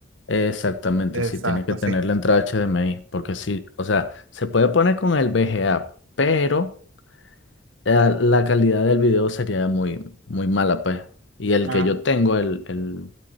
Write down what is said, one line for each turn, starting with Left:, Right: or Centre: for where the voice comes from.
Left: Exactamente,
Right: Exacto,
Left: sí, tiene que tener
Right: sí.
Left: la entrada HDMI, porque sí, o sea, se puede poner con el VGA, pero eh, la calidad del video sería muy, muy mala, pues. Y el
Right: Ah,
Left: que yo tengo, el, el,